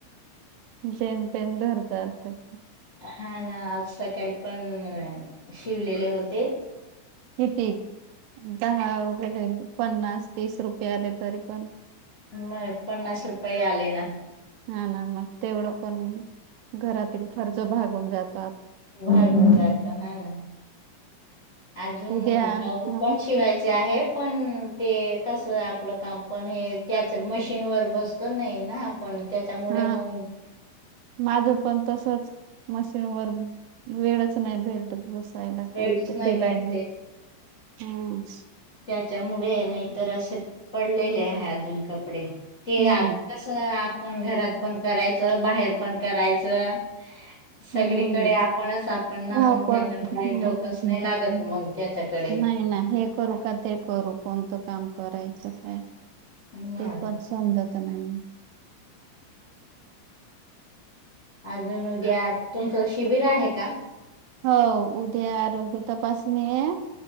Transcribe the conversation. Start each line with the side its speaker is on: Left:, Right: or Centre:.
Right: जेम तेेम धरतात. त.
Left: हा ना, आज सकाळी पण शिवलेले होते.
Right: किती? दहा वगैरे पन्नास, तीस रुपये आले तरी पण
Left: मग पन्नास रुपये आले ना.
Right: हा ना, मग तेवढं पण घरातील खर्च भागून जात
Left: भागून जातो हा ना. आजून
Right: उद्या
Left: ब्लाऊज
Right: हा
Left: पण शिवायचे आहे पण ते कसं? आपलं काम पण हे, त्याच मशीनवर बसतो नाही ना. आपण त्याच्यामुळे
Right: हा
Left: मग
Right: माझ पण तसच मशीन वर वेळच नाही भेटत बसायला. पयला
Left: वेळच
Right: काय ते
Left: नाही
Right: केलाय
Left: भेटते
Right: मग हम्.
Left: त्याच्यामुळे नाही तर असे पडलेले हाय अजून कपडे. ते
Right: हम्म
Left: आ कस पण घरात पण करायचं, बाहेर पण करायचं. सगळीकडे
Right: हम्म
Left: आपणच आपण ना,
Right: धावपळ
Left: मग त्याच्यापुढे
Right: हम्म.
Left: डोकच नाही लागत मग त्याच्याकडे.
Right: नाही ना हे करू का? ते करू? कोणतं काम करायचं काय?
Left: मग
Right: ते पण समज त न्हाई.
Left: आजून उद्या तुमचं शिबिर आहे का
Right: हो उद्या आरोग्य तपासणी हाय.